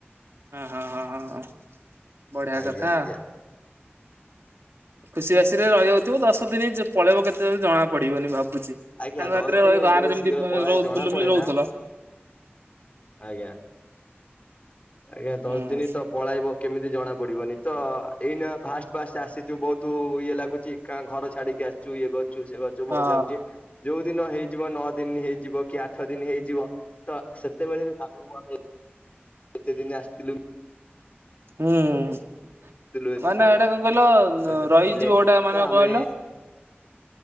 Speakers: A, on the right (about 80°); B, on the left (about 35°).
A: ହଁ, ହଁ, ହଁ ବଢିଆ
B: ଆଜ୍ଞା
A: କଥା।
B: ଆଜ୍ଞା
A: ଖୁସି ବାସିରେ ରହିିଯାଉଥିବ ଦଶ ଦିନି ପଳେଇବ କେତେ ବେଳେ ଜଣା ପଡିବନି ଭାବୁଛି।
B: ଆଜ୍ଞା
A: ସାଙ୍ଗ ସାଥିରେ
B: ଦଶ ଦିନ
A: ରହି ଗାଁରେ
B: ବହୁତ
A: ଯେମିତି
B: ଶୀଘ୍ର ପଳାଏ
A: ରହୁ
B: ଜଣା
A: ବୁଲି ବୁଲି
B: ପଡେ
A: ରହୁଥିଲ
B: ନା ଆଜ୍ଞା। ଆଜ୍ଞା ଦଶ
A: ହୁଁ
B: ଦିନି ତ ପଳାଇବ କେମିତି ଜଣା ପଡ଼ିବନି ତ ଏଇନା ଫାଷ୍ଟ ଫାଷ୍ଟ ଆସିଚୁ ବହୁତ ଇଏ ଲାଗୁଚି। କାଁ ଘର ଛାଡିକି ଆସିଚୁ ଇଏ କରୁଚୁ ସେ କରୁଚୁ
A: ହଁ
B: ବହୁତ ଲାଗୁଚେ। ଯୋଉ ଦିନ ହେଇଯିବ ନଅ ଦିନ ହେଇଯିବ କି ଆଠ ଦିନି ହେଇଯିବ ତ ସେତେବେଳେ ବି ଭାବି ଆମେ କେତେ ଦିନି ଆସିଥିଲୁ?
A: ହୁଁ
B: ମିଶୁଥିଲୁ ଏତେ
A: ମାନେ ଏଇଟା କଣ କହିଲ
B: ସାଙ୍ଗସାଥି
A: ରହିଯିବ
B: ଥିଲେ
A: ଗୋଟା ମାନେ
B: ତ ଆମେ
A: କଣ କହିଲ